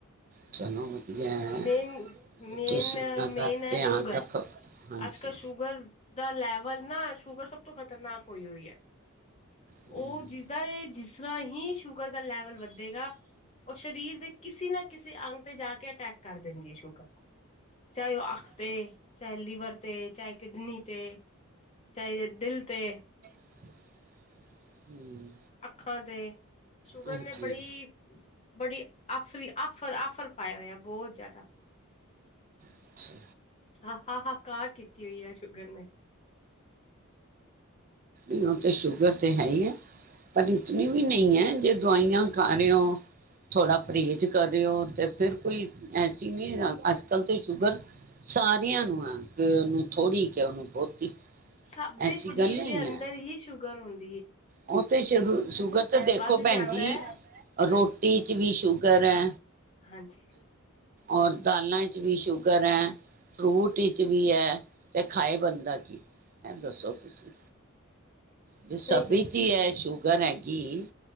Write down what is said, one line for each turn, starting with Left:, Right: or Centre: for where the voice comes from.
Right: ਚਲੋ ਵਧੀਆ ਹੈ
Left: ਮੇਨ
Right: ਤੇ
Left: ਮੇਨ
Right: ਤੁਸੀਂ ਉਹਨਾਂ
Left: ਮੇਨ
Right: ਦਾ
Left: ਐ
Right: ਧਿਆਨ
Left: ਸ਼ੂਗਰ
Right: ਰੱਖੋ ਹਾਂਜੀ
Left: ਅਜ ਕਲ ਸ਼ੂਗਰ ਦਾ ਲੈਵਲ ਨਾ ਸ਼ੂਗਰ ਸਭ ਤੋਂ ਖ਼ਤਰਨਾਕ ਹੋਈ ਹੋਈ ਐ। ਉਹ
Right: ਹਮ,
Left: ਜਿਸਦਾ ਜਿਸ ਰ੍ਹਾਂ ਹੀ ਸ਼ੂਗਰ ਦਾ ਲੈਵਲ ਵੱਧੇਗਾ ਉਹ ਸਰੀਰ ਦੇ ਕਿਸੇ ਨਾ ਕਿਸੇ ਅੰਗ ਤੇ ਜਾ ਕੇ ਅਟੈਕ ਕਰ ਦੇਂਦੀ ਸ਼ੂਗਰ ਚਾਹੇ ਉਹ ਅੱਖ
Right: ਅੱਛਾ,
Left: ਤੇ, ਚਾਹੇ ਲੀਵਰ ਤੇ, ਚਾਹੇ ਕਿਡਨੀ ਤੇ, ਚਾਹੇ ਦਿਲ ਤੇ।
Right: ਹਂ
Left: ਅੱਖਾਂ ਤੇ ਸ਼ੂਗਰ
Right: ਹਾਂਜੀ
Left: ਨੇ ਬੜੀ ਬੜੀ ਆਫ਼ਰੀ, ਆਫਰ, ਆਫਰ ਪਏ ਹੋਆ ਬਹੁਤ ਜ਼ਿਆਦਾ
Right: ਅੱਛਾ
Left: ਹਾਂ, ਹਾਹਾਕਾਰ ਕੀਤੀ ਹੋਈ ਏ ਸ਼ੂਗਰ ਨੇਂ।
Right: ਇਹ ਤੇ ਸ਼ ਗਰ ਤੇ ਹੈ ਈ ਐ। ਪਰ ਇਤਨੀ ਵੀ ਨਈਂ ਐ ਜੇ ਦਵਾਈਆਂ ਖਾ ਰਹੇ ਹੋ, ਥੋੜ੍ਹਾ ਪਰਹੇਜ਼ ਕਰ ਰਹੇ ਹੋ ਤੇ ਫਿਰ ਕੋਈ ਐਸੀ ਨਈਂ ਅੱਜ ਕੱਲ ਤਾਂ ਸ਼ੂਗਰ ਸਾਰੀਆਂ ਨੂੰ ਹੈ ਕਿ ਉਹਨੂੰ ਥੋੜ੍ਹੀ ਕਿ ਉਹਨੂੰ ਬਹੁਤੀ
Left: ਸਭ ਦੇ
Right: ਐਸੀ
Left: ਸਰੀਰ
Right: ਗੱਲ ਨਹੀਂ
Left: ਦੇ ਅੰਦਰ
Right: ਹੈ
Left: ਹੀ ਸ਼ੂਗਰ ਹੁੰਦਾ।
Right: ਉਹ ਤੇ ਸ਼ੂ ਸ਼ੂਗਰ ਤੇ ਦੇਖੋ
Left: ਵੱਧ
Right: ਭੈਣ
Left: ਜਾਂਦਾ
Right: ਜੀ
Left: ਹੈ ਹਾਂਜੀ
Right: ਰੋਟੀ ਚ ਵੀ ਸ਼ੂਗਰ ਐ।
Left: ਹਾਂਜੀ
Right: ਔਰ ਦਾਲਾਂ ਚ ਵੀ ਸ਼ੁਗਰ ਹੈ, ਫਰੂਟ ਚ ਵੀ ਹੈ ਤੇ ਖਾਏ ਬੰਦਾ ਕੀ ਹੈਂ ਦੱਸੋ ਤੁਸੀਂ ਜੇ ਸਬਿਤ
Left: ਸਹੀ ਕਹਿਣਾ।
Right: ਹੀ ਸ਼ੂਗਰ ਹੈਗੀ